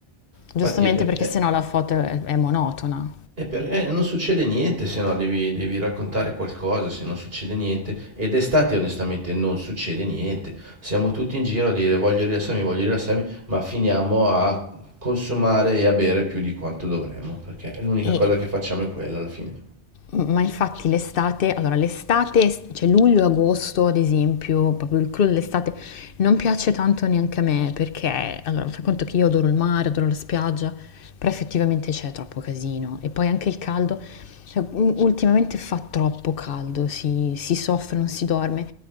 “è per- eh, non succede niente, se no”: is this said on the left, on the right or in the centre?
Right